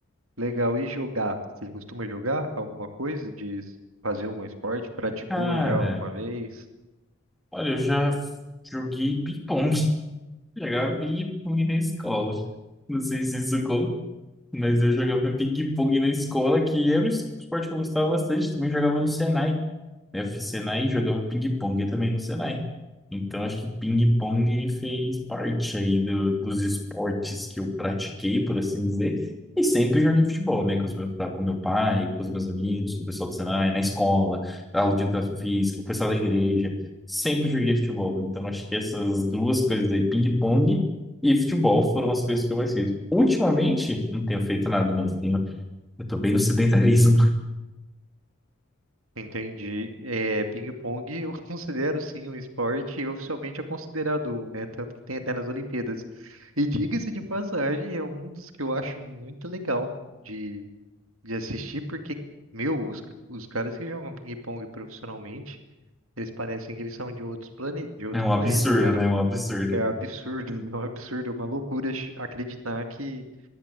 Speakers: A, on the right; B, in the centre.
A: Legal, e jogar? Você costuma jogar alguma coisa? De fazer algum esporte? Praticou
B: Cara,
A: já alguma vez?
B: olha, eu já joguei ping-pong, <laughs> jogava ping-pong na escola. Não sei se isso conta, mas eu jogava ping-pong na escola, que era um esporte que eu gostava bastante, também jogava no Senai Eu fiz Senai e jogava ping-pong também no Senai. Então, acho que ping-pong fez parte aí do- dos esportes que eu pratiquei, por assim dizer. E sempre joguei futebol, né? Com os meu, com meu pai, com os meus amigos, com o pessoal do Senai, na escola, aula de educação física, o pessoal da igreja. Sempre joguei futebol. Então, acho que essas duas coisas aí, ping-pong e futebol, foram as coisas que eu mais fiz. Ultimamente, não tenho feito nada, não. Eu tenho, eu tô bem no sedentarismo. <laughs>
A: Entendi. É, ping-pong eu <laughs> considero sim um esporte e oficialmente é considerado um, né? Tanto que tem até nas Olimpíadas. E diga-se de passagem, é um dos que eu acho muito legal de, de assistir, porque, meu, os, os caras que jogam ping-pong profissionalmente, eles parecem que eles são de outros plane, de outro
B: É um
A: planeta,
B: absurdo,
A: cara.
B: né? É um absurdo.
A: É absurdo, <laughs> é um absurdo, é uma loucura ch- acreditar que